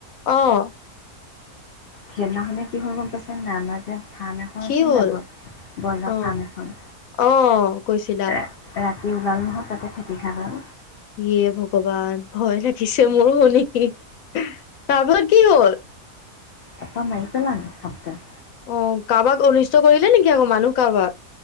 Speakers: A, on the left (about 70°); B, on the left (about 85°).
A: অঁ
B: সেইদিনাখনে কি হ'ল গম পাইছে নাই? আমাৰ যে ফাৰ্ম এখন
A: কি
B: আছে
A: হ'ল
B: নাই? বই- ব্ৰইলা
A: অ
B: ফাৰ্ম এখন।
A: অ কৈছিলা
B: এ-এ দি ওলালে নহয় তাতে ফেটি সাপ এডাল।
A: ইয়ে ভগৱান। ভয় লাগিছে মোৰো শুনি, হিঁ। তাৰপাছত কি হ'ল?
B: তাপা মাৰি পেলালে সাপ ডাল।
A: অঁ, কাৰোবাক অনিষ্ট কৰিলে নেকি আক মানুহ কাৰোবাক?